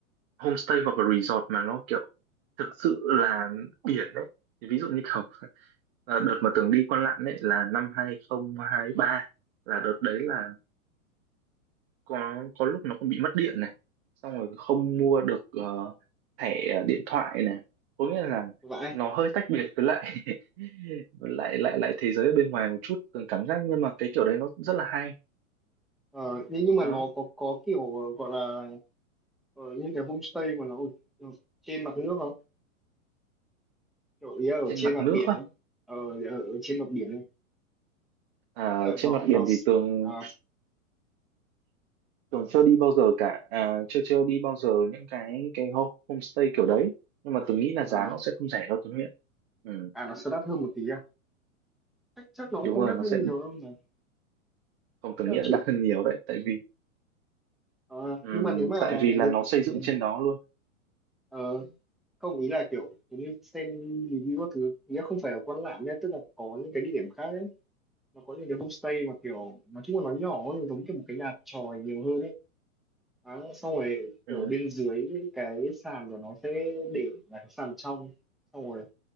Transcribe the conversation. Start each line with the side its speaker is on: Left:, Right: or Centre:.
Right: homestay hoặc là resort mà nó kiểu thực sự là biển đấy Thì ví dụ như kiểu ờ, đợt mà Tường đi Quan Lạn đấy là năm hai không hai ba là đợt đấy là có có lúc nó còn bị mất điện này xong rồi không mua được ờ, thẻ điện thoại này có nghĩa là
Centre: vậy
Right: nó hơi tách biệt với lại <laughs> với lại lại lại thế giới ở bên ngoài một chút Tường cảm giác nhưng mà cái kiểu đấy nó rất là hay
Centre: Ờ, nhưng nhưng mà
Right: đó
Centre: nó có có kiểu ờ, gọi là ờ, những cái homestay mà nó ở ở trên mặt nước không kiểu ý là ở
Right: trên
Centre: trên
Right: mặt
Centre: mặt
Right: nước
Centre: biển
Right: á
Centre: ấy ờ, ở, ở trên mặt biển ấy
Right: À,
Centre: tức là
Right: trên
Centre: nó
Right: mặt
Centre: nó
Right: biển thì Tường
Centre: à,
Right: Tường chưa đi bao giờ cả à, chưa chưa đi bao giờ những cái cái ho- homestay kiểu đấy nhưng mà Tường nghĩ là
Centre: à,
Right: giá nó sẽ không rẻ đâu Tuấn Nguyễn ừ,
Centre: à nó sẽ đắt hơn một tí à chắc chắc nó
Right: đúng
Centre: cũng không
Right: rồi
Centre: đắt
Right: nó
Centre: hơn
Right: sẽ
Centre: nhiều đâu mà
Right: không Tường
Centre: Chắc
Right: nghĩ
Centre: là
Right: là
Centre: chỉ
Right: đắt hơn nhiều đấy tại vì
Centre: ờ,
Right: ừm,
Centre: nhưng mà nếu mà
Right: tại vì là
Centre: nếu
Right: nó xây dựng
Centre: ừ.
Right: trên đó luôn
Centre: ờ, không ý là kiểu giống như xem review các thứ nghĩa không phải ở Quan Lạn nhé tức là có những cái địa điểm khác ấy nó có những cái homestay mà kiểu nói chung là nó nhỏ nó giống kiểu một cái nhà chòi nhiều hơn ấy à, xong rồi ở
Right: ừ.
Centre: bên dưới cái sàn của nó sẽ để là cái sàn trong xong rồi